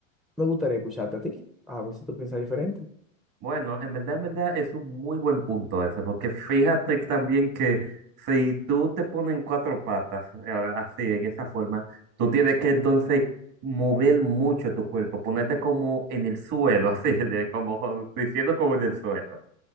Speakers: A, in the centre; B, on the right.
A: me gustaría escucharte a ti, a ver si tú piensas diferente.
B: Bueno, en verdad, en verdad es un muy buen punto ese, porque fíjate también que si tú te pones en cuatro patas, eh, así, en esa forma, tú tienes que entonces mover mucho tu cuerpo, ponerte como en el suelo, <laughs> así, de como diciendo como en el suelo.